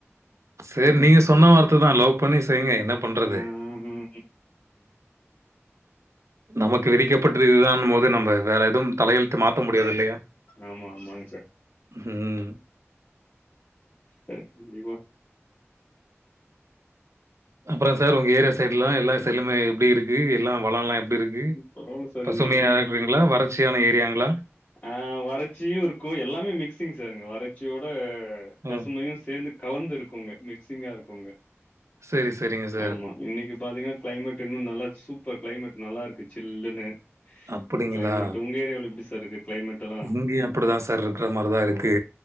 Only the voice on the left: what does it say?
ம்.
ஆ. ம். ம்.
ஆமா ஆமாங்க சார்
சரி இவ
பரவால்ல சார்
நீங்க
அ வறட்சியு இருக்கு எல்லாமே மிக்சிங் சார் அங்க வறட்சியோட பசுமையு
சேர்ந்து கலந்து இருக்குங்க மிக்சிங்கா இருக்குங்க
ஆமா இன்னைக்கு பாத்தீங்கன்னா க்ளைமேட் இன்னு நல்லா சூப்பர் க்ளைமேட் நல்லா இருக்கு சில்லுன்னு
இன்னைக்கு கிளைமேட். உங்க ஏரியாவுல எப்படி சார் இருக்கு கிளைமேட் எல்லாம்?
ஓ!